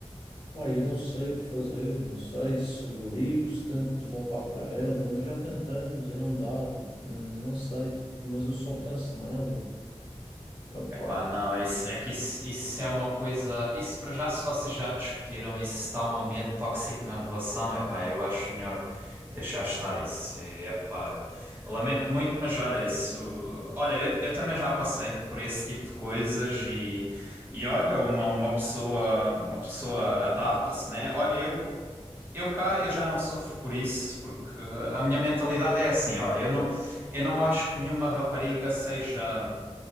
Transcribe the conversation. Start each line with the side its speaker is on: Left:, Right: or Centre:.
Left: Pá, eu não sei o que fazer, não sei se ligo, se tento voltar para ela, mas já tentamos e não dá, tipo, não sei, tipo, mas eu só penso nela. Opá,
Right: Epá, não, esse, é que isso, isso é uma coisa. Isso para já, se vocês já discutiram e se está um ambiente tóxico na relação, epá, eu acho melhor deixar estar isso. E, epá, lamento muito, mas olha, isso. Olha, eu, eu também já passei por esse tipo de coisas e, e olha, uma, uma pessoa, uma pessoa adapta-se, né? Olha, eu. Eu cá, eu já não sofro por isso, porque a minha mentalidade é assim, olha, eu não, eu não acho que nenhuma rapariga seja